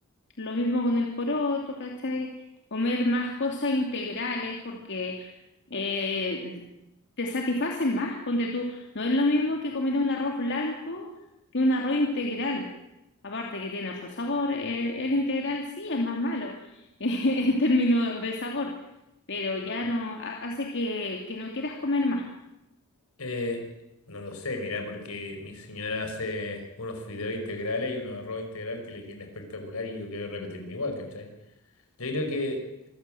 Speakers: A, on the left; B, on the left.
A: lo mismo con el poroto, ¿cachai? Comer más cosas integrales porque eh, te satisfacen más, ponte tú, no es lo mismo que comer un arroz blanco que un arroz integral, aparte que tiene otro sabor, eh, el integral sí es más malo <laughs> en términos de sabor, pero ya no ha- hace que, que no quieras comer más.
B: eh, no lo sé, mira, porque mi señora hace unos fideos integrales y unos arroz integral que le quieren espectacular y yo quiero repetirme igual, ¿cachai? Yo creo que